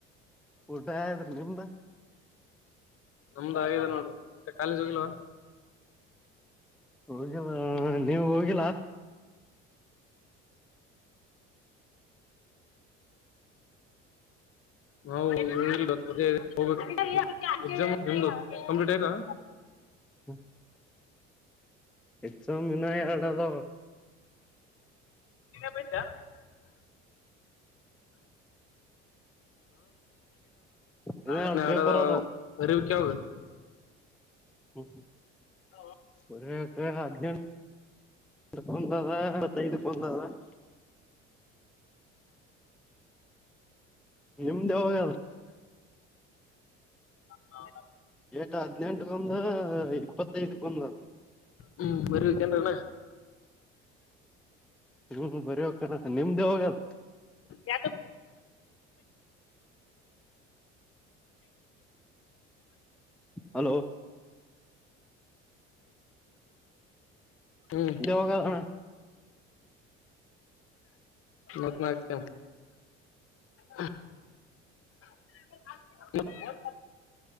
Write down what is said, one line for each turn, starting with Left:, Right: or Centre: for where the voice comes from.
Centre: ಊಟ ಆದ್ರಿ ನಿಂಬ
Left: ನಮ್ದು ಆಗಿದೆ ನೋಡ ಮತ್ತೆ ಕಾಲೇಜ್ ಹೋಗಿಲ್ವಾ
Centre: ಹೋಗಿಲ್ಲಾ ನೀವು ಹೋಗಿಲ್ಲಾ
Left: ಹ ಇಲ್ ಹೋಗ ಎಸಾಮ್ ನಿು ಕಂಪ್ಲೀಟ್ ಆಯ್ತಾ
Centre: ಹ ಎಕ್ಸಾಮ್ ಇಿನ ಎರಡು ಅದ
Left: ಬತ <inaudible>
Centre: ಇನ್ನ
Left: ಹಾ
Centre: ಎರಡ್
Left: ನ
Centre: ಪೇಪರ್
Left: ಅಡದ
Centre: ಅದಾವ
Left: ಅರಿವ ಕಾವ <inaudible>
Centre: ಹ್ಮ ಹಾ
Left: ಹ
Centre: ಒ ಹದ <inaudible> ಎ ಬಂದದತ್ತಐದು ಬಂದದ <inaudible> ಹ್ಮ್ ನಿಮ್ದೇ ಯಾವಾಗದ
Left: ಹೌ
Centre: ಏಟ ಹದ್ನೆೆಂಟಗೊಂದು ಇಪ್ಪತ್ತೈದಗೊಂದು
Left: ಹ್ಮ್ ಬರಿವಿಿಕನ್ಣ <inaudible>
Centre: ಹ್ಮ್ ಬರಿ ಹ್ಕಣ ನಿಮ್ದೇ ಹೋಗಲ್
Left: ಯ <inaudible>
Centre: ಹಲೋ
Left: ಹ್ಮ್
Centre: ದವೋಗಣ
Left: ಮ ಮತ <inaudible> ಹ್ಮ್ <inaudible>